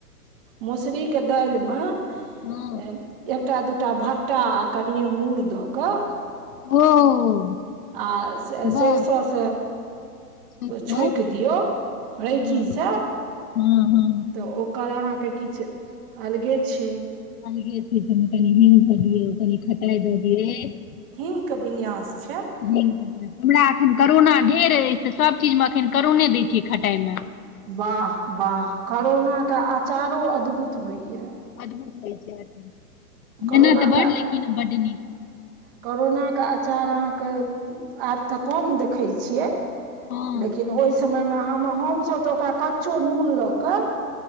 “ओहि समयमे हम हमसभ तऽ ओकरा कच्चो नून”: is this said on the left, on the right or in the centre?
Right